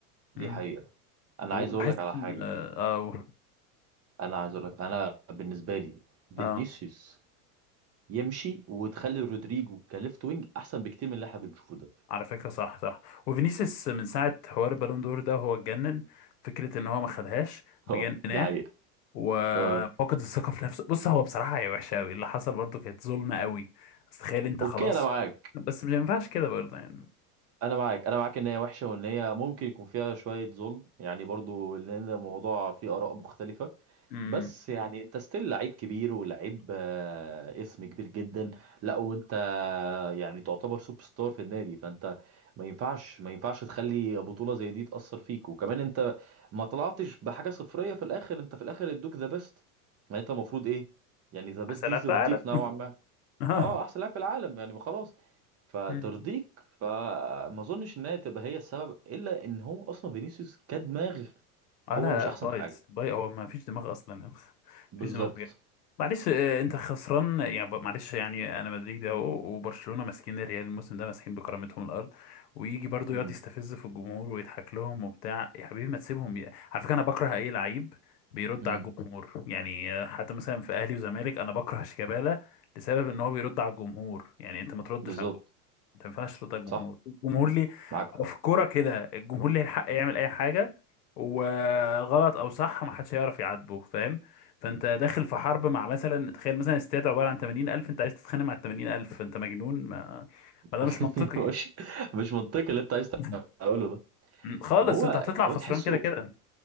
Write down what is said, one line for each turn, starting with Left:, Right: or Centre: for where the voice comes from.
Right: دي
Left: امم
Right: حقيقه انا
Left: وبحس
Right: عايز اقول لك على
Left: ان
Right: حاجه
Left: اه
Right: انا عايز اقول لك انا بالنسبه لي فينيسيوس
Left: اه
Right: يمشي وتخلي رودريجو كليفت وينج احسن بكتير من اللي احنا بنشوفه ده <laughs>
Left: على فكرة صح صح وفينيسيوس من ساعة حوار البالون دور ده هو اتجنن فكرة ان هو ما خدهاش مجنناه
Right: اه دي حقيقه
Left: وفقد
Right: اه
Left: الثقة في نفسه بص هو بصراحة هي وحشة قوي اللي حصل برضه كانت ظلمة قوي بس تخيل انت
Right: اوكي
Left: خلاص
Right: انا معاك
Left: بس مش ينفعش كده برضه يعني
Right: انا معاك انا معاك ان هي وحشه وان هي ممكن يكون فيها شويه ظلم يعني برضو لان الموضوع فيه اراء مختلفه
Left: امم
Right: بس يعني انت ستيل لعيب كبير ولعيب آه، اسم كبير جدا لا وانت يعني تعتبر سوبر ستار في النادي فانت ما ينفعش ما ينفعش تخلي بطوله زي دي تاثر فيك وكمان انت ما طلعتش بحاجه صفريه في الاخر انت في الاخر ادوك ذا بيست يعني انت المفروض ايه يعني ذا بيست
Left: حسالات
Right: دي ترضيك
Left: العالم
Right: نوعا ما
Left: <laughs> اه
Right: اه احسن لاعب في العالم يعني ما خلاص فترضيك
Left: مم.
Right: فما اظنش انها تبقى هي السبب الا ان هو اصلا فينيسيوس كدماغ
Left: آه،
Right: هو
Left: لا
Right: مش احسن
Left: لا بايظ
Right: حاجه
Left: بايظ هو ما فيش دماغ اصلا <laughs> ما
Right: بالظبط
Left: فيش دماغ معلش آه، انت خسران يعني ب- معلش يعني انا مدريدي اهو وبرشلونه ماسكين الريال الموسم ده ماسحين بكرامتهم الارض ويجي برضو يقعد
Right: امم
Left: يستفز في الجمهور ويضحك لهم وبتاع يا حبيبي ما تسيبهم ي- على فكره انا بكره اي لعيب بيرد
Right: امم
Left: على الجمهور يعني آه، حتى مثلا في اهلي وزمالك انا بكره شيكابالا لسبب ان هو بيرد على الجمهور يعني انت ما تردش
Right: بالظبط
Left: على ما ينفعش ترد على الجمهور
Right: صح
Left: الجمهور ليه
Right: معاك
Left: هو في الكوره كده الجمهور ليه الحق يعمل اي حاجه وغلط او صح ما حدش هيعرف يعاتبه فاهم فانت داخل في حرب مع مثلا تخيل مثلا استاد عباره عن 80000 انت عايز تتخانق مع ال 80000 فانت مجنون ما,
Right: <laughs>
Left: ما ده مش منطقي
Right: مش مش منطقي اللي انت عايز
Left: <laughs>
Right: تقوله ده
Left: م، خالص
Right: ما هو
Left: انت هتطلع خسران
Right: هو تحسه
Left: كده كده